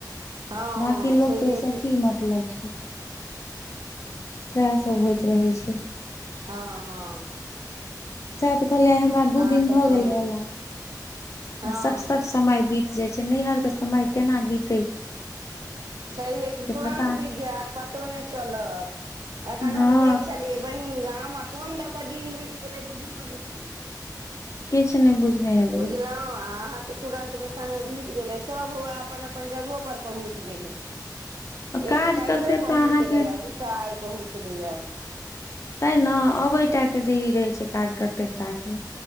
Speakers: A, on the right; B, on the left.
A: हँ
B: बाकी
A: हँ
B: लोक
A: छैहे
B: के ओय स की मतलब छै सएह सब होइत रहे छै
A: हँ हँ
B: सै त कहलिय आय हमरा दू
A: अहाँ
B: दिन
A: सब
B: भए
A: कहू
B: गेले एलआ
A: हँ
B: सट सट समय बीत जाइ छैय नैहर के समय केना बीत
A: छैहे कि
B: से
A: तुरन्त
B: पता नहि।
A: बीत जात पतो नहि चलत एखन
B: हँ
A: हम गेल छलियै बहिन गाम मऽ कोन दऽ कऽ दिन बीत गेलै बुझबो नहि केलिए
B: किछ नहि बुझने हेबै
A: तऽ अहाँ के तुरंत मे समय बीत गेले सब हुए अपन - अपन अपन जगहो पर पहुँच गेलै
B: काज
A: एक कालहे
B: करते
A: पहुँचले
B: तऽ अहाँके
A: आ दु दूटा आइ पहुँचलै या
B: तैं नऽ आबैटा कऽ देरी रहैत छैय काज कर देवताके